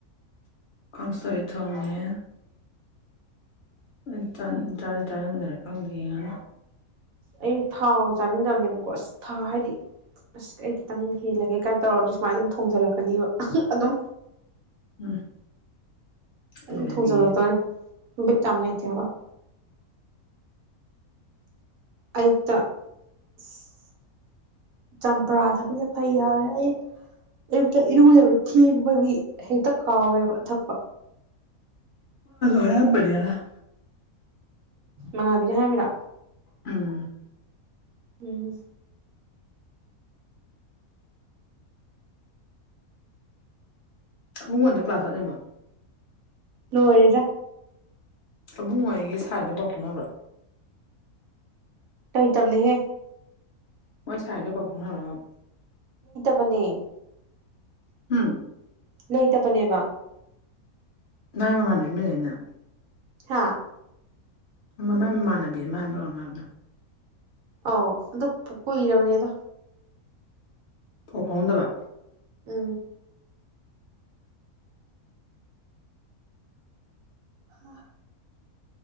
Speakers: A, on the left; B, on the right.
A: ꯀꯥꯡꯁꯣꯏ ꯊꯣꯡꯉꯦ ꯑꯩ ꯇꯥꯗꯤ ꯇꯥꯔꯝꯅꯤ ꯈꯪꯗꯦ ꯌꯦꯡꯉꯅꯤ
B: ꯑꯩ ꯊꯥꯎ ꯆꯥꯅꯤꯡꯗꯕꯅꯦꯕꯀꯣ ꯑꯁ ꯊꯥ ꯍꯥꯏꯗꯤ ꯑꯁ ꯑꯩ ꯈꯤꯇꯪ ꯍꯦꯜꯂꯒꯦ ꯀꯥ ꯇꯧꯔꯗꯤ ꯁꯨꯃꯥꯏꯅ ꯑꯗꯨꯝ ꯊꯣꯡꯖꯤꯜꯂꯛꯀꯅꯦꯕ <unintelligible> ꯑꯗꯨꯝ
A: ꯎꯝ ꯊꯤꯜꯂꯒꯦ
B: ꯑꯗꯨꯝ ꯊꯣꯡꯖꯜꯂꯛꯇꯣꯏꯅꯤ ꯕꯤꯠ ꯌꯥꯝ ꯂꯩꯇꯦ ꯍꯥꯏꯕ ꯑꯌꯨꯛꯇ ꯑꯁ ꯆꯝꯄ꯭ꯔꯥ ꯊꯛꯄꯖꯦ ꯐꯩ ꯍꯥꯏꯕꯅꯦ ꯑꯩ ꯑꯌꯨꯛꯇ ꯏꯔꯨꯖꯕ ꯊꯦꯡꯕꯒꯤ ꯍꯦꯛꯇ ꯀꯥꯎꯋꯦꯕ ꯊꯛꯄ
A: ꯑꯍꯟꯕꯅꯦ ꯉꯔꯥꯡ
B: ꯃꯉꯥꯕꯤꯅ ꯍꯥꯏꯔꯝꯃꯤꯔꯥ
A: ꯎꯝ
B: ꯎꯝ
A: ꯑꯕꯨꯡꯉꯣꯗꯣ ꯀ꯭ꯂꯥꯁ ꯆꯠꯂꯤꯕ
B: ꯂꯣꯏꯔꯦꯗꯥ
A: ꯑꯕꯨꯡꯉꯣ ꯑꯩꯒꯤ ꯁꯥꯏꯗꯣ ꯄꯥꯎ ꯐꯥꯎꯅꯕ꯭ꯔꯥ
B: ꯂꯩ ꯇꯝꯅꯤꯍꯦ
A: ꯃꯣꯏ ꯁꯥꯏꯗꯣ ꯄꯥꯎ ꯐꯥꯎꯅꯕ꯭ꯔꯕ
B: ꯃꯥꯟꯅꯦ
A: ꯍꯨꯝ
B: ꯂꯩꯇꯕꯅꯦꯕꯥ
A: ꯃꯥꯏ ꯅꯃꯥꯟꯅꯕꯤ ꯑꯃ ꯂꯩꯗꯥꯏꯅꯦ
B: ꯍꯥꯥ
A: ꯃꯥꯢ ꯃꯥꯟꯅꯕꯤ ꯑꯃ ꯍꯥꯏꯕ꯭ꯔꯥ ꯀꯩꯅꯨꯝ ꯍꯥꯏꯕꯅꯦ
B: ꯑꯥꯎ ꯑꯗꯨ ꯀꯨꯏꯔꯕꯅꯤꯗ
A: ꯄꯥꯎ ꯐꯥꯎꯅꯗꯕ
B: ꯎꯝ ꯍꯥ